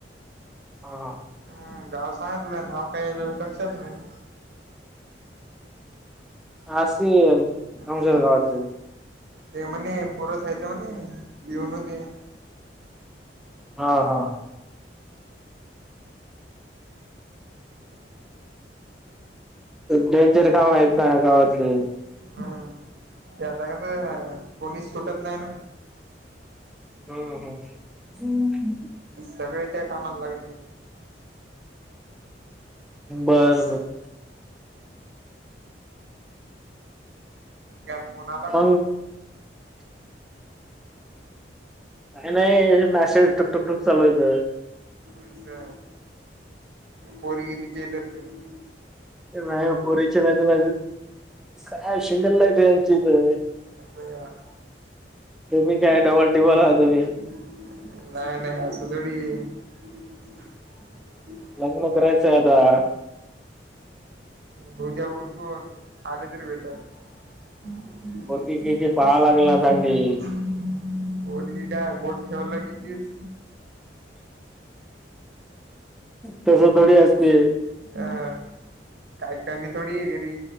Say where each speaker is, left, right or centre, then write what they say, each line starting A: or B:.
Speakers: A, in the centre; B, on the right.
A: हा.
B: हम्म गाव सांगितलं नाव काही लक्षात नाही.
A: अस आमच्या
B: अ
A: गावातले.
B: ते म्हणे पोर साहित म्हणे येऊन होते.
A: हा हा. डेंजर गाव आहे त गावातले.
B: हम्म त्या <unintelligible> कोणीच सुटत नाही ना.
A: हम्म हम्म.
B: सगळे त्या कामाला लागले.
A: बर बरं.
B: का फोन आला
A: मग
B: का?
A: काही नाही मॅसेज टक टुक टुक चालूवायतं.
B: अच्छा पगिरीचे ते बण
A: नाही पोरीच्या मा मा काय शिंगल लाईफ आहेची इथ.
B: असं का
A: तम्ही काय डबल टिबल आ तुम्.
B: नाही नाही अससं थोडी <unintelligible>
A: लग्न करायचंय आता.
B: दुध्या उरकून खाले तरी भेट. <unintelligible>
A: पोरगी गिरगी पाहा लागेल ना चांगली.
B: पोरगी काय बोट ठेवलं कीतीच.
A: तस थोडी असते.
B: अह काय कमी थोडी आहे गरी